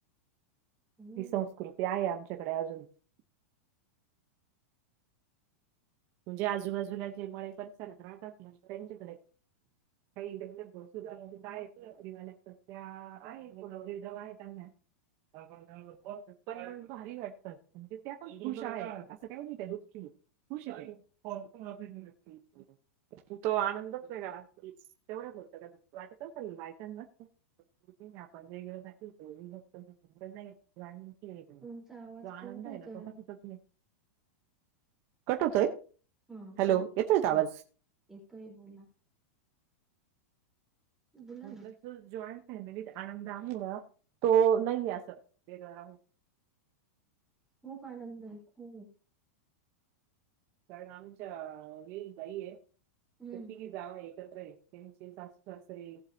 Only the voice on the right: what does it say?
ही संस्कृती. हे आहे आमच्याकडे अजून. जे आजूबाजूला जे मळे परिसरात राहतातना त्यांच्याकडे.
काहीध आहेत <inaudible> न आहे नवरदेवआहेत त्यांना आर <unintelligible> भरण्यावरून बोलतात पण भारी वाटतात म्हणजे त्या पण खुश आहेत असं काही नाही त्या दुःखी खुश आहेत. <unintelligible> तो आनंदच वेगळा असतो तेवढं बोलतो त्याचं दुःख वाटत असेल ना बाय. त्यांना वाटत असेल आपण दोघींना वेगळं राहिलं विभक्त कुटुंब हे. जॉईड फॅमिलीत
तो आनंद
आहे
ना तो कशातच नाही. कट होतोय.
हॅलो येतोय का आवाज
म्हटलं
ज जॉईंट फॅमिलीत आनंद थोडा आहे तो नाहीये असं वेगळा राहुन.
कारण आमच्या विहीणबाईये तर
तिघीत. जावा एकत्रय त्यांची सासू सासरे.